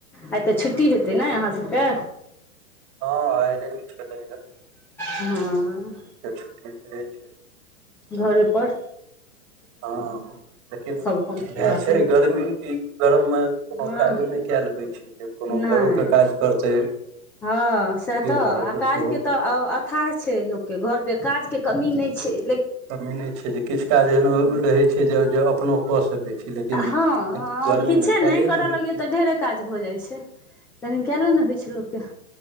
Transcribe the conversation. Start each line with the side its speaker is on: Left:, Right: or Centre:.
Centre: आइ तऽ छुट्टी हेतै न अहाँ सभके
Right: हँ आइ लैब छलै
Centre: हँ
Right: य छुट्टी रहे छै
Centre: घरे पर
Right: हँ लेकिन
Centre: सभ अपन पूरा
Right: इएह छै
Centre: करैत
Right: गर्मी गरममे कोनो
Centre: हँ
Right: काजो नहि कयल होइ छै जे कोनो
Centre: नहि
Right: घरोके काज करतै
Centre: हँ सएह
Right: के
Centre: तऽ
Right: करत
Centre: आ काज
Right: सेहो
Centre: के तऽ अथाह छै लोकके घर पे काज के कमी नैय छैय
Right: कमी नहि छै जे किछु काज एना रहै छै जे जे अपनो कऽ सकै छी लेकिन
Centre: हँ
Right: गर्मीमे
Centre: किछे
Right: कयले
Centre: नहि करऽ
Right: होइ
Centre: लगियौ
Right: छै
Centre: तऽ ढेर काज भऽ जाइ छै तहन कएले ने होइ छै लोकके